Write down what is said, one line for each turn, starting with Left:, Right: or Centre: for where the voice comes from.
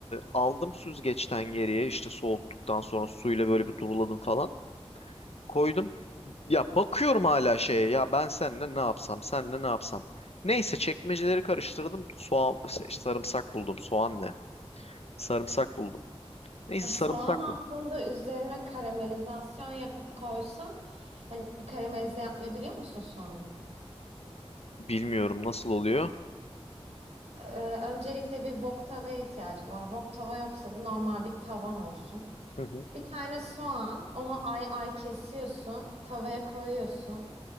Left: aldım süzgeçten geriye işte soğuttuktan sonra suyla böyle bir duruladım falan. Koydum. Ya bakıyorum hala şeye ya ben seninle ne yapsam seninle ne yapsam. Neyse çekmeceleri karıştırdım. Soğan, işte sarımsak buldum. Soğan ne? Sarımsak buldum. Neyse sarımsak
Right: Soğan aslında
Left: mı?
Right: üzerine karamelizasyon yapıp koysan hani karamelize yapmayı biliyor musun soğanı?
Left: Bilmiyorum nasıl oluyor.
Right: Ee, öncelikle bir wok tavaya ihtiyacı var. Wok tava yoksa da normal bir tavan olsun.
Left: <laughs>
Right: Bir tane soğan, onu ay ay kesiyorsun, tavaya koyuyorsun.